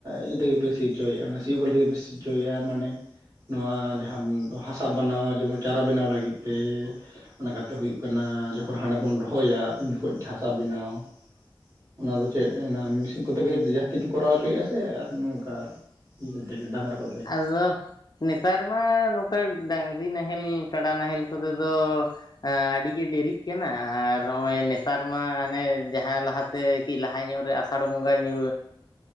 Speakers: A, on the right; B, on the left.
A: ᱤᱭᱟᱹ ᱛᱮᱜᱮ ᱯᱮ ᱥᱤ ᱦᱚᱪᱚᱭᱮᱫᱼᱟ, ᱚᱱᱟ ᱥᱤᱭᱳᱜ ᱜᱟᱹᱰᱤ ᱛᱮᱜᱮ ᱯᱮ ᱥᱤ ᱦᱚᱪᱚᱭᱮᱫᱼᱟ ᱢᱟᱱᱮ ᱱᱚᱣᱟ ᱡᱟᱦᱟᱸᱢ ᱦᱟᱥᱟ ᱵᱮᱱᱟᱣᱟ, ᱡᱮᱢᱚᱱ ᱪᱟᱨᱟ ᱵᱮᱱᱟᱣ ᱞᱟᱹᱜᱤᱫ ᱛᱮ ᱾ ᱚᱱᱟ ᱠᱟᱛᱮ ᱦᱩᱭᱩᱜ ᱠᱟᱱᱟ ᱡᱚᱠᱷᱚᱱ ᱦᱟᱸᱰᱮ ᱵᱚᱱ ᱨᱚᱦᱚᱭᱟ ᱩᱱ ᱡᱚᱠᱷᱚᱡ ᱦᱟᱥᱟ ᱵᱮᱱᱟᱣ ᱚᱱᱟ ᱫᱚ ᱪᱮᱫ ᱤᱱ ᱠᱚᱛᱮ ᱜᱮ ᱡᱟᱹᱥᱛᱤ ᱯᱮ ᱠᱚᱨᱟᱣ ᱦᱚᱪᱚᱭᱮᱫ-ᱟ ᱥᱮ ᱟᱨ ᱱᱚᱝᱠᱟ ᱤᱭᱟᱹ ᱠᱚᱛᱮ ᱜᱮ ᱰᱟᱝᱨᱟ ᱠᱚᱛᱮ
B: ᱟᱫᱚ ᱱᱮᱛᱟᱨ ᱢᱟ ᱱᱚᱝᱠᱟ ᱰᱟᱝᱨᱤ ᱱᱟᱦᱮᱞ ᱠᱟᱰᱟ ᱱᱟᱦᱮᱞ ᱠᱚᱛᱮ ᱫᱚ ᱟᱹᱰᱤ ᱜᱮ ᱰᱮᱨᱤᱜ ᱠᱟᱱᱟ ᱟᱨ ᱱᱚᱜ-ᱚᱭ ᱱᱮᱛᱟᱨ ᱢᱟ ᱦᱟᱱᱮ ᱡᱟᱦᱟᱸ ᱞᱟᱦᱟ ᱛᱮ ᱛᱮ ᱠᱤ ᱞᱟᱦᱟ ᱧᱚᱜ ᱨᱮ ᱟᱥᱟᱲ ᱵᱚᱸᱜᱟ ᱧᱩ